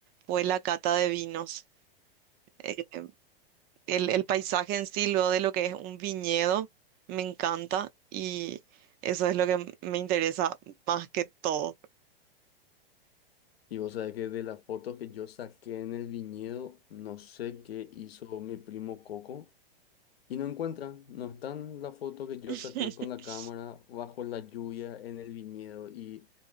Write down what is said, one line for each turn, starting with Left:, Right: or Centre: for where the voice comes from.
Right: fue la cata de vinos. Eh, el, el paisaje en sí, luego de lo que es un viñedo, me encanta y eso es lo que me interesa más que todo.
Left: Y vos sabés que de las fotos que yo saqué en el viñedo, no sé qué hizo mi primo Coco Y no encuentra, no está en la foto que yo
Right: <laughs>
Left: saqué con la cámara bajo la lluvia en el viñedo. Y